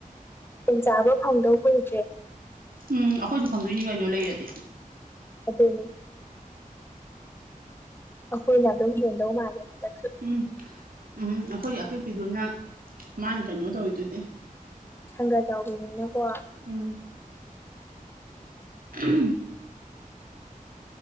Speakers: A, on the left; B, on the right.
A: ꯍꯤꯡꯆꯕ ꯐꯪꯗꯧ ꯀꯨꯏꯗ꯭ꯔꯦ
B: ꯎꯝ ꯑꯩꯈꯣꯏꯁꯨ ꯐꯪꯗꯣꯏꯅꯤ ꯀꯩꯅꯣ ꯂꯩꯔꯗꯤ
A: ꯑꯗꯨꯅꯤ ꯑꯩꯈꯣꯏꯅ ꯑꯗꯨꯝ ꯍꯦꯟꯗꯧ ꯃꯥꯜꯂꯦ ꯍꯟꯗꯛꯁꯨ
B: ꯎꯝ ꯎꯝ ꯑꯩꯈꯣꯏꯒꯤ ꯑꯄꯤꯛꯄꯤꯗꯨꯅ ꯃꯥꯅ ꯀꯩꯅꯣ ꯇꯧꯋꯤꯗꯨꯗꯤ
A: ꯁꯪꯒꯥ ꯆꯥꯎꯕꯤꯅꯤꯅꯀꯣ
B: ꯎꯝ ꯑꯝ